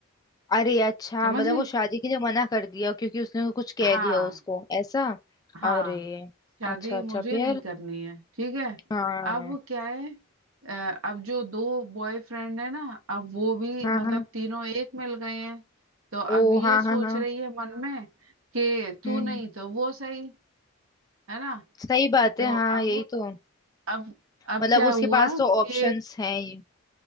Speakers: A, on the left; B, on the right.
A: अरे अच्छा
B: समझ
A: मतलब
B: गई
A: वो शादी के लिए मना कर दिया क्योंकि उसने कुछ कह
B: हाँ
A: दिया उसको ऐसा
B: हाँ
A: अरे
B: शादी
A: अच्छा अच्छा
B: मुझे
A: फिर
B: नहीं करनी है ठीक है
A: हाँ
B: अब क्या है अ, अब जो दो बॉयफ्रेंड है ना अब वो भी
A: हाँ
B: मतलब
A: हाँ
B: तीनों एक मिल गए हैं तो
A: ओ
B: अब ये
A: हाँ
B: सोच
A: हाँ हाँ
B: रही है मन में कि तू
A: हम्म
B: नहीं तो वो सही है ना
A: सही बात
B: तो
A: है हाँ
B: अब
A: यही तो
B: अब अब
A: मतलब
B: क्या
A: उसके
B: हुआ
A: पास तो ऑप्शंस
B: कि
A: हैं ये